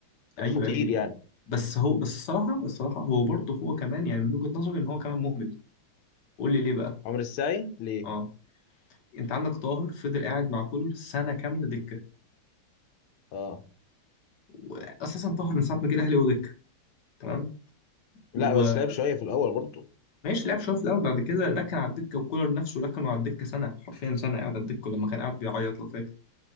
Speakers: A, on the left; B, on the left.
A: كان
B: ايوه
A: خطير
B: يا ابني
A: يعني
B: بس هو بس الصراحه الصراحه هو برضه هو كمان يعني من وجهه نظري ان هو كمان مهمل قول لي ليه بقى
A: عمر السعي ليه
B: اه انت عندك طاهر فضل قاعد مع كولر سنه كامله دكه
A: اه
B: واساسا طاهر من ساعه ما جه الاهلي هو دكه تمام
A: لا
B: وماشي
A: بس لعب شويه في الاول برضه
B: لعب شويه في الاول بعد كده ركن على الدكه وكولر نفسه ركنه على الدكه سنه حرفيا سنه قاعد على الدكه لما كان قاعد بيعيط لو فاكر